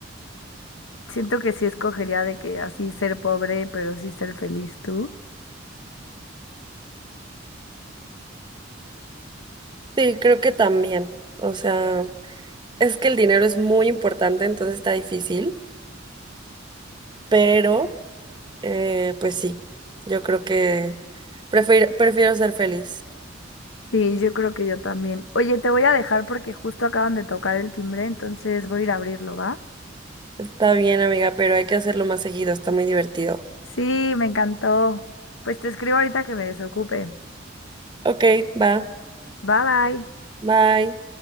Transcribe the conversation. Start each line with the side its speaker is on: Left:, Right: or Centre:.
Left: Siento que sí escogería de que así ser pobre, pero sí ser feliz tú.
Right: Sí, creo que también, o sea, es que el dinero es muy importante, entonces está difícil, pero eh, pues sí, yo creo que prefiero, prefiero ser feliz.
Left: Sí, yo creo que yo también. Oye, te voy a dejar porque justo acaban de tocar el timbre, entonces voy a ir a abrirlo, ¿va?
Right: Está bien, amiga, pero hay que hacerlo más seguido, está muy divertido.
Left: Sí, me encantó. Pues te escribo ahorita que me desocupe.
Right: Ok, va.
Left: Bye bye.
Right: Bye.